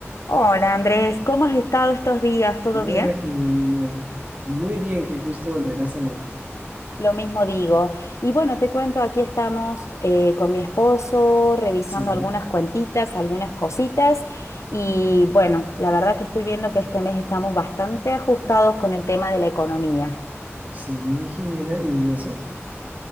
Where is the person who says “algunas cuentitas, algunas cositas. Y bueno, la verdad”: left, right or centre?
Left